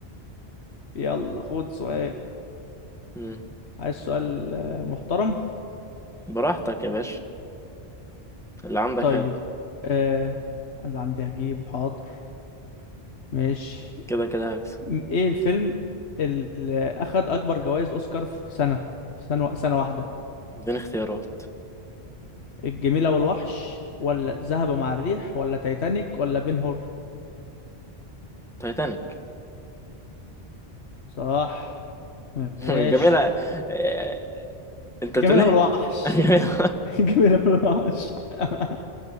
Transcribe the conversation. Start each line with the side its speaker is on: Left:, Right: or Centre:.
Left: يلا خد سؤال
Centre: مم.
Left: عايز سؤال آه، محترم
Centre: براحتك يا باشا اللي عندك
Left: طيب
Centre: هات
Left: آه اللي عندي هجيبه حاضر ماشي
Centre: كده كده هكسب
Left: م- ايه الفيلم اللي اخد اكبر جوائز اوسكار في سنة في سنة سنة واحدة
Centre: اديني اختيارات
Left: الجميلة والوحش ولا ذهب مع الريح ولا تايتانيك ولا بن هور
Centre: تايتانيك
Left: صح ماشي
Centre: <laughs> جميلة إيه، انت
Left: الجميلة
Centre: بتقول ايه
Left: والوحش
Centre: <laughs> جميلة
Left: <laughs> الجميلة والوحش <laughs>